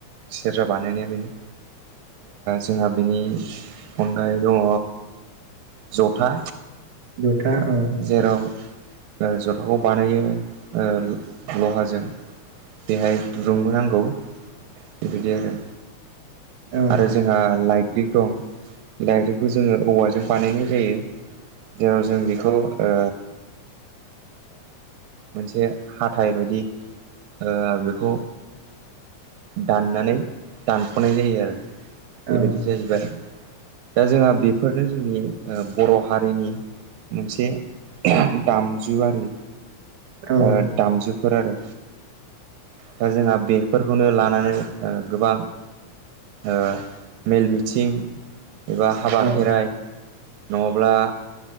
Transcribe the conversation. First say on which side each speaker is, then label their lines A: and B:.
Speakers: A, on the right; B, on the right.
A: सेरजा बानायनाया बेनो जोंहा बिनि अनगायै दङ जथा
B: जथा औ
A: जेराव। ओ जथाखौ बानायो ओ लहाजों। बेहाय दुरुंबो नांगौ बेबायदि आरो।
B: औ
A: आरो जोंहा लाइग्रि दं लाइग्रिखौ जोङो औवाजों बानायनाय जायो। जेराव जों बेखौ ओ। मोनसे हाथाइ बायदि। ओ बेखौ दाननानै दानख'नाय जायो आरो। बेबायदि
B: औ
A: जाहैबाय। दा जोंहा बेफोरनो जोंनि ओ बर' हारिनि। मोनसे दामजुआरि
B: औ
A: ओ दामजुब। फोर आरो। दा जोंहा बेफोरखौनो लानानै ओ गोबां। ओ मेल मिथिं एबा हाबा
B: औ
A: खेराइ। नङाब्ला